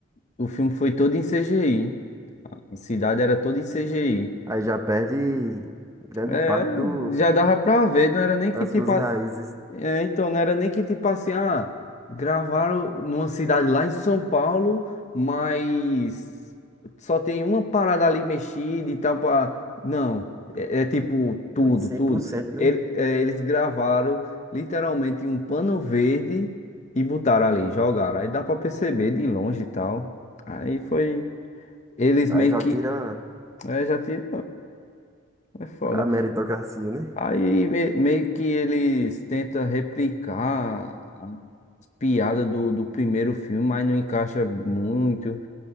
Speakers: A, on the left; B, on the right.
A: o filme foi todo em CGI. A cidade era toda em CGI.
B: Aí já perde grande
A: É,
B: parte do,
A: já dava pra ver, não era nem
B: das
A: que tipo.
B: suas raízes.
A: É, então, não era nem que tipo assim, ah, gravaram numa cidade lá em São Paulo, mas só tem uma parada ali mexida e tal pra... Não, é, é tipo tudo,
B: Foi cem
A: tudo.
B: por cento
A: Ele-
B: né?
A: é, eles gravaram literalmente em um pano verde e botaram ali, jogaram. Aí dá pra perceber de longe e tal. Aí foi... Eles
B: Aí
A: meio
B: já
A: que...
B: tira
A: É, já tinha... É foda.
B: a meritocracia, né?
A: Aí me- meio que eles tentam replicar as piadas do, do primeiro filme, mas não encaixa muito.